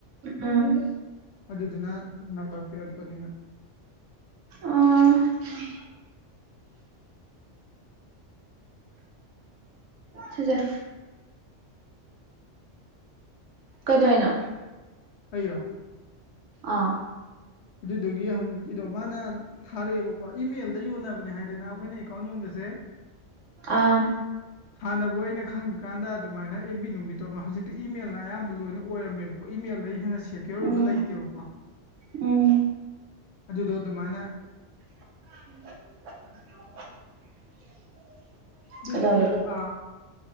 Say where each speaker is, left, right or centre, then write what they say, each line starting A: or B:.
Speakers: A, on the right; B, on the left.
A: ꯎꯝ
B: ꯑꯗꯨꯗꯨꯅ ꯅꯝꯕꯔ ꯄꯤꯔꯛꯄꯅꯤꯅ꯫
A: ꯑꫭ꯫ ꯁꯤꯖꯦ꯫ ꯀꯩꯗꯧꯏꯅꯣ꯫
B: ꯑꯩꯔꯣ꯫
A: ꯑꯥ꯫
B: ꯑꯗꯨꯗꯨꯒꯤ ꯍꯧꯖꯦ ꯀꯤꯗꯣ ꯃꯥꯅ ꯊꯥꯔꯛꯑꯦꯕꯀꯣ ꯏꯃꯦꯜꯗ ꯌꯣꯟꯅꯕꯅꯦ ꯍꯥꯏꯗꯅ ꯑꯩꯈꯣꯏꯅ ꯑꯦꯀꯥꯎꯟ ꯌꯣꯟꯕꯁꯦ꯫
A: ꯑꯥ꯫
B: ꯍꯥꯟꯅꯕꯨ ꯑꯩꯅ ꯈꯪꯗ꯭ꯔꯤꯀꯥꯟꯗ ꯑꯗꯨꯃꯥꯏꯅ ꯑꯦꯞ ꯕꯤ ꯅꯨꯡꯕꯤ ꯇꯧ ꯍꯧꯖꯤꯛꯇꯤ ꯏꯃꯦꯜꯅ ꯑꯌꯥꯝꯕ ꯂꯣꯏꯅ ꯑꯣꯏꯔꯝꯃꯦꯕ꯫ ꯀꯣ ꯏꯃꯦꯜꯗꯩ ꯍꯦꯟꯅ ꯁꯦꯀ꯭ꯌꯣꯔ ꯑꯣꯏꯕ
A: ꯎꯝ
B: ꯂꯩꯇꯦꯕꯀꯣ꯫
A: ꯎꯝ
B: ꯑꯗꯨꯗꯣ ꯑꯗꯨꯃꯥꯏꯅ
A: <inaudible>
B: ꯑꯗꯨꯏꯗꯣ
A: ꯀꯩꯗꯧꯔꯕ
B: ꯀꯌꯥ
A: ꯑꯗꯨꯗꯣ
B: ꯑꯥ